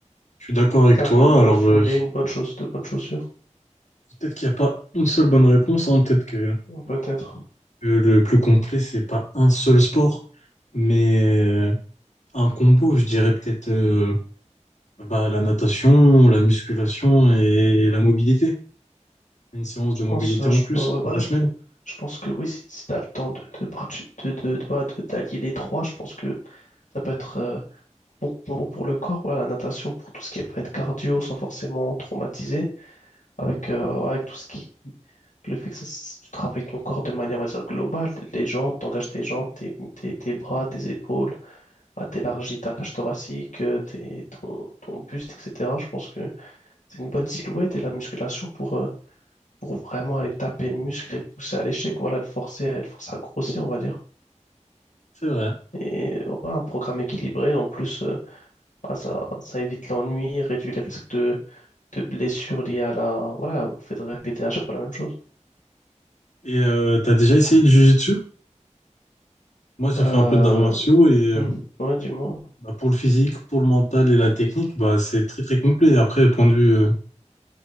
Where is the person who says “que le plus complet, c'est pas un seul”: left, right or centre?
Left